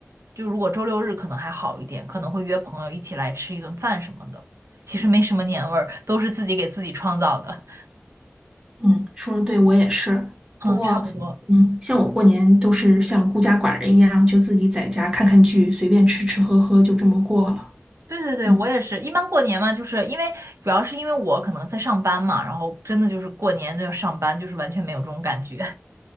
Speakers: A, on the right; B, on the right.
A: 就如果周六日可能还好一点，可能会约朋友一起来吃一顿饭什么的，其实没什么年味儿，都是自己给自己创造的。
B: 嗯，说的对，我也是。
A: 嗯，
B: 不过，
A: 差不多。
B: 嗯，像我过年都是像孤家寡人一样，就自己在家看看剧，随便吃吃喝喝，就这么过了。
A: 对对对，
B: 嗯
A: 我也是。一般过年嘛，就是因为主要是因为我可能在上班嘛，然后真的就是过年都要上班，就是完全没有这种感觉。